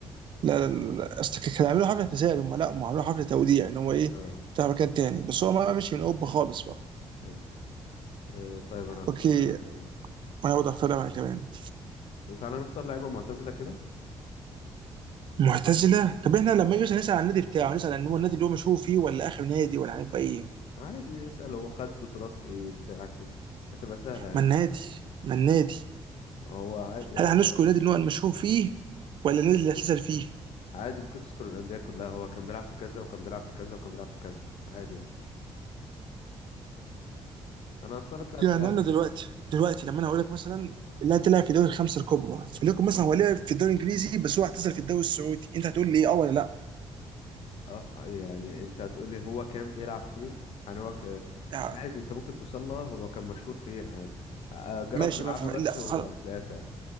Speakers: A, on the right; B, on the left.
A: لا لا لا لا. اصل كانوا عاملين حفله اعتزال هم لا هم عاملين حفله توديع ان هو ايه
B: اه
A: بتاع مكان تاني بس هو ما مشي من اوروبا خالص بقى
B: ايوه آه، طيب انا هختار
A: اوكي
B: لاعب تاني
A: انا برضه هختار لعبه كمان
B: إيه، تعالى نختار لعيبه معتزله كده
A: معتزله طب احنا لما نيجي نسال عن النادي بتاعه هنسال عن هو النادي اللي هو مشهور فيه ولا اخر نادي ولا هنبقى ايه؟
B: عادي اسال هو خد بطولات ايه بتاع كده هتبقى سهله يعني
A: ما النادي ما النادي
B: هو عادي
A: هل هنذكر
B: هتعرف
A: النادي اللي هو المشهور فيه ولا النادي اللي اعتزل فيه؟
B: عادي ممكن تذكر الانديه كلها هو كان بيلعب في كذا وكان بيلعب في كذا وكان بيلعب في كذا عادي يعني انا هختار لك لاعب
A: يعني
B: سهل
A: انا دلوقتي دلوقتي لما انا اقول لك مثلا لا تلعب في الدوري الخمسه الكبرى فليكن مثلا هو لعب في الدوري الانجليزي بس هو اعتزل في الدوري السعودي انت هتقول لي اه ولا لا؟
B: اه يعني انت هتقولي هو كان بيلعب فين يعني هو ك...
A: آه،
B: عادي انت ممكن توصل لها هو كان مشهور فين عادي اه، آه، جرب
A: ماشي
B: نلعبها
A: ما ف...
B: بس
A: لا خل-
B: وهتلاقيها سهل